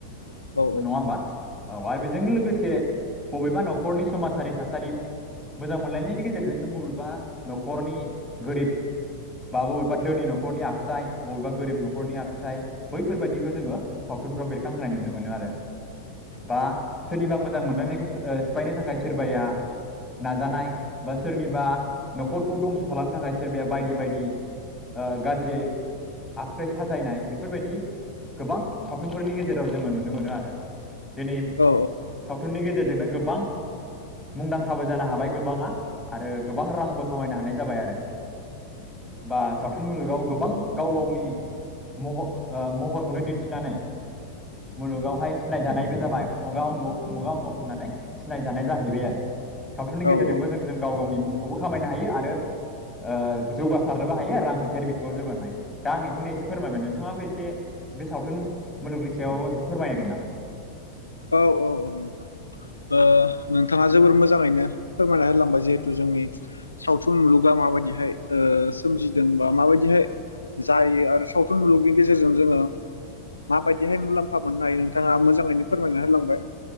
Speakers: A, on the left; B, in the centre.
A: औ
B: नङा होमबा औ आरो बेजोंनो लोगोसे बबेबा न'खरनि समाजारि थासारि मोजां मोनलायनायनि गेजेरजोंनो बबेबा न'खरनि गोरिब बा बबेबा दोनि न'खरनि आखुथाय बबेबा गोरिब न'खरनि आखुथाय बैफोरबायाददिखौ जोङो सावथुनफ्राव बेरखांहोनाय नुनो मोनो आरो
A: <inaudible>
B: बा सोरनिबा मोजां मोनलायनायखौ सिफायनो थाखाय सोरबाया नाजानाय बा सोरनिबा न'खरखौ दंस' खालामनो थाखाय सोरबाया बायदि बायदि ओ गाज्रियै आखुथाय साजायनाय बेफोरबायदि गोबां सावथुनफोरनि गेजेराव जोङो नुनो मोनो आरो दिनै
A: औ
B: सावथुननि गेजेरजोंनो गोबां मुंदांखाबो जानो हाबाय गोबाङा आरो गोबां रांबो खामायनो हानाय जाबाय आरो बा सावथुन मुलुगाव गोबां गाव गावनि महर ओ महरखौनो दिन्थिनानै मुलुगावहाय सिनायाय जानायबो जाबाय उमुगा उमुख उमुगा उमुख होननानै सिनायाय जानाय जाहैबाय आरो सावथुननि गेजेरजोंबो
A: औ औ
B: जों जों गाव गावनि मुंखौबो खामायनो हायो आरो ओ जौगासारनोबो हायो आरो रांखान्थियारि बिथिङाव जौगानो हायो दा आं बेखौनो एसे फोरमायबाय नोंथाङाबो एसे बे सावथुन मुलुगनि सायाव एसे फोरमायनगोन नामा
A: औ औ औ नोंथां नोंथाङा जोबोर मोजाङैनो फोरमायना होलांबाय जिहेतु जोंनि सावथुन मुलुगा माबायदिहाय ओ सोमजिदों बा माबायदिहाय जायो आरो सावथुन मुलुगनि गेजेरजों जोङो माबायदिहाय मुलाम्फा मोननो हायो नोंथाङा मोजाङैनो फोरमायना होलांबाय